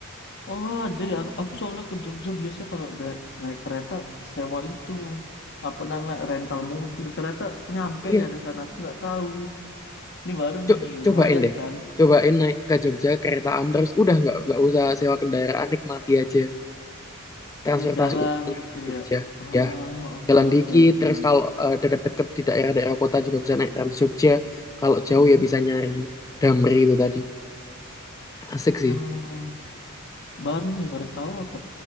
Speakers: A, on the left; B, on the left.
A: oh ada ya. Aku, aku soalnya ke Jogja biasanya kalau da- naik kereta sewa itu apa namanya rental mobil. Ternyata nyampe
B: Iya,
A: ya ke sana. Aku nggak tahu. Ini baru
B: co-
A: nih,
B: cobain
A: lumayan
B: deh.
A: kan?
B: Cobain naik ke Jogja keretaan terus udah nggak nggak usah sewa kendaraan nikmati aja transportasi
A: Iya jalan
B: umum yang
A: gitu
B: ada di Jogja.
A: ya. Ah,
B: Iya.
A: oke
B: jalan
A: oke
B: dikit
A: oke.
B: terus kalau eh, deket-deket di daerah-daerah kota juga bisa naik Trans Jogja kalau jauh
A: Mhm.
B: ya bisa nyari Damri itu tadi asik sih
A: Ah, Baru nih, baru tahu aku.